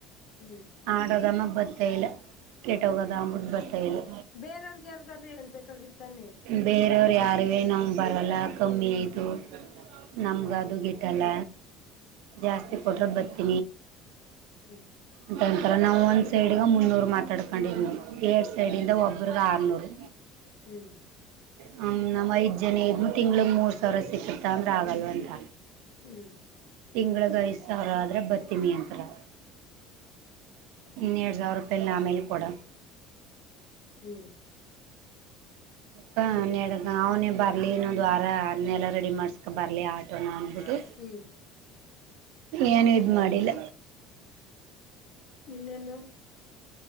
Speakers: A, on the left; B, on the right.
A: ಹ್ಮ್
B: ಆಟೋದಮ್ಮ ಬತ್ತ ಇಲ್ಲ ಕೆೇಟ್ಟೋಗದ
A: ಹ್ಮ್
B: ಅಬಿಟ್ಟ ಬರ್ತ ಇಲ್ಲಿ
A: ಬೇರೆಯವ್ರಗ್ ಯಾರ್ಗಾರು ಹೇಳ್ಬೇಕಾಗಿತ್ತಾನೆ
B: ಬೇರವರು ಯಾರೇ ನಾವ ಬರಲ್ಲ ಕಮ್ಮಿ ಆಯ್ತು ನಮ್ಗ
A: ಹಾ
B: ಅದು ಗ ಇಟ್ಟಲ್ಲ ಜಾಸ್ತಿ
A: ಹ್ಮ್
B: ಕೊಟ್ರ ಬರ್ತ
A: ಹ್ಮ್
B: ಅಂತೊಂತರ ನಾವು ಒಂದ್ ಸೈಡ್ಗ ಮುನ್ನೂರು ಮಾತಾಡ್ಕೊಂಡಿದ್ನವು ಎಏಡ್ ಸೈಡಿಂದ
A: ಹ್ಮ್
B: ಒಬ್ಬ್ರಗ ಆರ್ನೂರು
A: ಹ್ಮ್
B: ಹ ನಮ್ಮೈಜ್ಜನ ತಿಂಗಳಗ್ ಮೂರ್ ಸಾವಿರ ಸಿಕ್ಕತಂದ್ರ ಆಗಲ್ವ ಅಂತ
A: ಹ್ಮ್
B: ತಿಂಳಿಗೆ ಐ ಸಾವಿರ ಆದ್ರೆ ಬತ್ತಿ ನಿಯಂತ್ರತ್ರ ಇನ್ನೆರಡ್ ಸಾವಿರ ರೂಪಾಯಿಲ್ಲಿ ಆಮೇಲೆ ಕೊಡ
A: ಹ್ಮ್
B: ಹಪಾನ್ ಅವನೇ ಬರ್ಲಿ ಇನ್ನೊ ದ್ ವಾರ ಅನ್ನೆಲ್ಲ ರೆಡಿ ಮಾಡ್ಸ್ಕೊ ಬರ್ಲಿ ಆಟೋನ ಅಂದಬಿಟ್ಟು
A: ಹ್ಮ್
B: ಏನು ಇದ್ ಮಾಡಿಲ್ಲ
A: ಇನ್ನನ್ನು